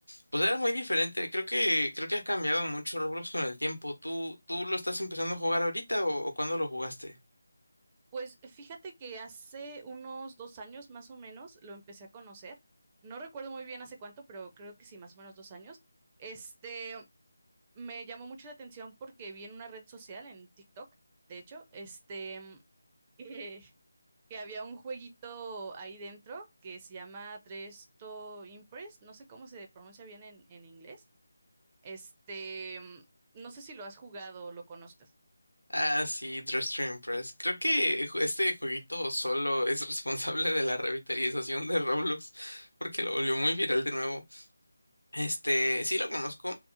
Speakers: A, on the left; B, on the right.
A: pues era muy diferente. Creo que, creo que ha cambiado mucho Roblox con el tiempo. ¿Tú, tú lo estás empezando a jugar ahorita o, o cuándo lo jugaste?
B: Pues fíjate que hace unos dos años más o menos lo empecé a conocer. No recuerdo muy bien hace cuánto, pero creo que sí, más o menos dos años. Este, me llamó mucho la atención porque vi en una red social, en TikTok, de hecho, este, mm, <laughs> que, que había un jueguito ahí dentro que se llama Dresto Impress. No sé cómo se pronuncia bien en, en inglés. Este, mm, no sé si lo has jugado o lo conozcas.
A: Ah, sí, Dress to Impress. Creo que ju- este jueguito solo es <laughs> responsable de la revitalización de Roblox, porque lo volvió muy viral de nuevo. Este, sí lo conozco.